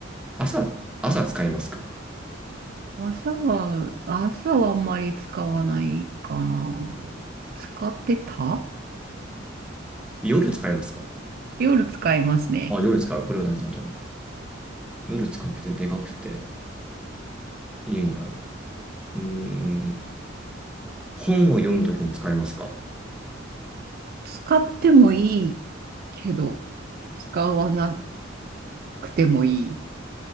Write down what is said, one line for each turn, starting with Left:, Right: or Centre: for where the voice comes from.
Centre: 朝、朝使いますか
Right: 朝は、朝はあんまり使わないかな。使ってた
Centre: 夜使いますか
Right: 夜使いますね。
Centre: あ、夜使う。これは大事なことなの。夜使くてでかくて家にある。うーん。本を読むときに使いますか
Right: 使ってもいいけど、使わなくてもいい。